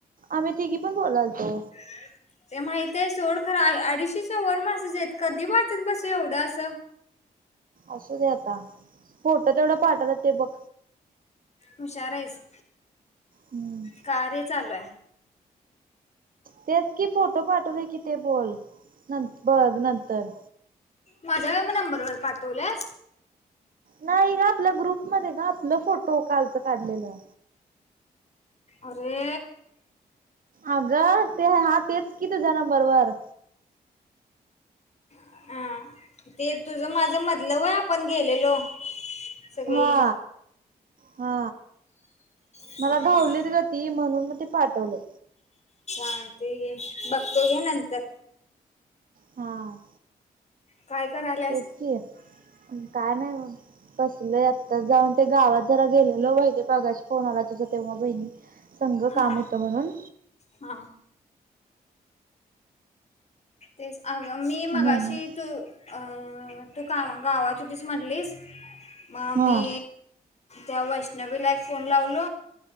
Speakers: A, on the right; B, on the left.
A: आम्ही तिघी पण बोलाल तो
B: <inaudible> ते माहित आहे सोड खरं अडीचशी चवर मासचेत कधी वाचत बस एवढं असं
A: असंच आता फोट तेवढं पाठतात ते बघ
B: हुशार आहेस
A: हम्म
B: कार्य चालू आहे
A: तेच कि फोटो पाठवले की ते बोल न बघ नंतर
B: माझ्या नंबरवर पाठवलं
A: नाही ग आपल्या ग्रुपमध्येध्ये ग आपलं फोटो कालचं काढलेलं
B: अरे
A: अगं ते हा तेच की तुझ्या नंबरवरर
B: अ ते तुझं माझ मतल आहे आपण गेलेलो सगळी
A: हा हा
B: हा
A: मला धावलीत
B: हा
A: ग ती म्हणून म ते पाठवलं
B: ांत घे बघतो घे नंतर
A: हां
B: काय करायल
A: ततकी काय नाही तसलेत तर जाऊन ते गावात जरा गेलेल बहिले बघाशी फोन आला तुझं तेव्हा बहिणी संघ
B: हा
A: काम होतं म्हणून
B: हा तेच अग मी मगा
A: म्हणून
B: अशी तू अ तू का गावातुतीीच म्हटलीस मग
A: हा
B: मी त्या वैष्णवी ला फोन लावल